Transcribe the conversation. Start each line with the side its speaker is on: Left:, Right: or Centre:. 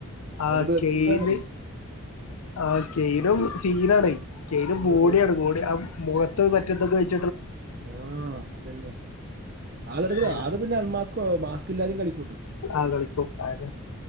Right: അവര്
Left: ആ
Right: ബ്രദേഴ്സ്
Left: കെയ്ൽ
Right: ആണ്
Left: ആകെയ് ഇതും സീനാണേ ചെയ്ത് ബോഡിയാണ്
Right: ഓ
Left: ബോഡിയ അ മുഖത്ത് മറ്റേതൊക്കെ ക
Right: ആ അതെന്നെ ആള്കൾ
Left: ഉം
Right: ആള് പിന്നെ അൽമാസ്കൊ മാസ് എല്ലാരും കളിക്കൂട്ടും
Left: ആ കളിക്കും ആര്?